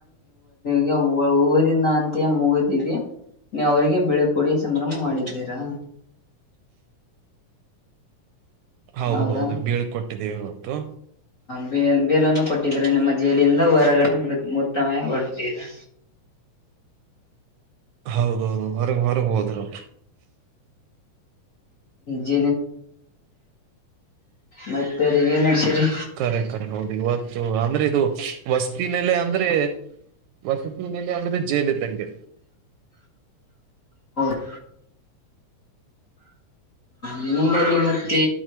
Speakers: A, on the left; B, on the right.
A: ಗೆ ಊದಿನ ಅಂತ ಮುಗಿದವಿ ನೀ ಅವ್ರಿಗೆ ಬಿಳು ಕುಡಿ ಸಂಭ್ರಮ ಮಾಡಿದ್ದೀರಾ
B: ಹೌದೌದು
A: ಹೌದಾ
B: ಬೀಳ್ಕೊಟ್ಟಿದ್ದೀವಿ ಇವತ್ತು
A: ಬ ಕೊಟ್ಟಿದ್ರ ನಿಮ್ಮ ಜೈಲಿಂದ ಹೊರಗಡೆ ಮೊತ್ತ ಹೊಡ್ದ್ರ
B: ಹೌದೌದು ಹೊರಗೆ ಹೊರಗೆ ಹೋದರು
A: ಜ ಮತ್ತ ಏನ್ಡ್ಸಿರಿ
B: ಕಖರೆ ಕಖರೆ ಹೌದು ಇವತ್ತು ಅಂದ್ರೆ ಇದು ವಸ್ತಿನೆಲೆ ಅಂದ್ರೆ ್ರೆ ವಸತಿ ಮೇಲೆ ಅ್ರೆ ಜೇಲ ಇದ್ದಂಗೆ
A: ಹ್ಮ ನಿಂಬಲ್ಲಿ ಮತ್ತೆ